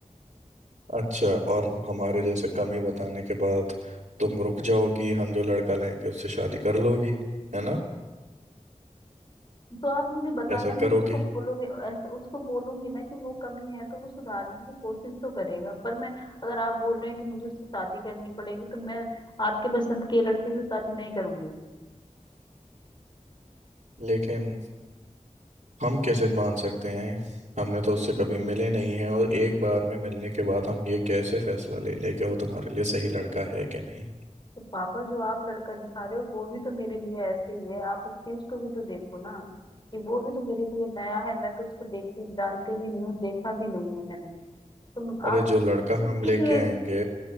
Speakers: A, on the right (about 70°); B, on the left (about 35°).
A: अच्छा और हमारे जैसे कमी बताने के बाद तुम रुक जाओगी हम जो लड़का लाएंगे उससे शादी कर लोगी है ना
B: तो आप मुझे बताना
A: ऐसा
B: मैं
A: करोगी
B: उसको बोलूंगी ऐसे उसको बोलूंगी ना कि वो कमी है तो वो सुधारने की कोशिश तो करेगा पर मैं अगर आप बोल रहे हैं कि मुझे उससे शादी करनी पड़ेगी तो मैं आपके पसंद के लड़के से शादी नहीं करूंगी
A: लेकिन हम कैसे मान सकते हैं हमने तो उससे कभी मिले नहीं हैं और एक बार में मिलने के बाद हम ये कैसे फैसला ले लें कि वो तुम्हारे लिए सही लड़का है कि नहीं
B: तो पापा जो आप लड़का दिखा रहे हो वो भी तो मेरे लिए ऐसे ही है आप उस चीज को भी तो देखो ना कि वो भी तो मेरे लिए नया है मैं तो उसको देखती जानती भी नहीं हूँ देखा भी नहीं है मैंने तो
A: अरे
B: आप
A: जो लड़का हम
B: उसके
A: लेके
B: लिए
A: आएंगे